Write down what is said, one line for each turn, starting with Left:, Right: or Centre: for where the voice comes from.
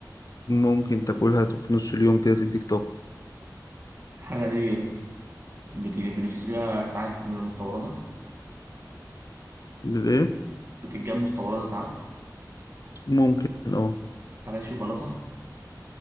Left: ممكن تاكلها في نص اليوم كده تديك طاقه
Right: الحاجة ديت بت- بنشتريها ساعات من مستوردة
Left: ايه
Right: بتتجاب مستوردة ساعات
Left: ممكن اه
Right: الحاجة دي شوكولاتة